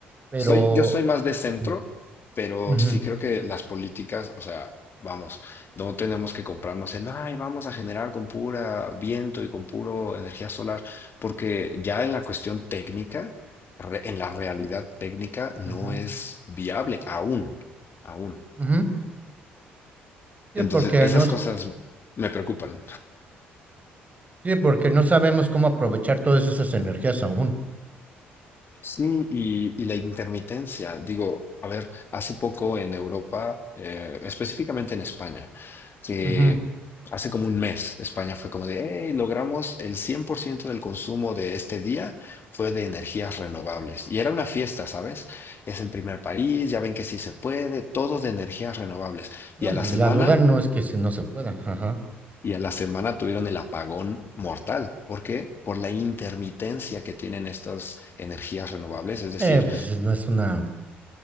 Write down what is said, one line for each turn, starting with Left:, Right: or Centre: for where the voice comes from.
Right: Pero
Left: Soy, yo soy más de centro,
Right: sí,
Left: pero
Right: ujú,
Left: sí creo que las políticas, o sea, vamos, no tenemos que comprarnos el, ay, vamos a generar con pura viento y con puro energía solar, porque ya en la cuestión técnica, re- en la realidad técnica, no
Right: ujú,
Left: es viable aún, aún.
Right: ujú. Sí,
Left: Entonces,
Right: porque
Left: esas
Right: no, s-
Left: cosas me preocupan.
Right: sí, porque no sabemos cómo aprovechar todas esas energías aún.
Left: Sí, y, y la intermitencia. Digo, a ver, hace poco en Europa, eh, específicamente en España, que
Right: Ujú.
Left: hace como un mes, España fue como de, hey, logramos el 100% del consumo de este día fue de energías renovables. Y era una fiesta, ¿sabes? Es el primer país, ya ven que sí se puede, todo de energías renovables.
Right: No,
Left: Y a la
Right: pues
Left: semana...
Right: la duda no es que si no se pueda. Ajá.
Left: Y a la semana tuvieron el apagón mortal. ¿Por qué? Por la intermitencia que tienen estas energías renovables. Es decir,
Right: Eh, pues no es una,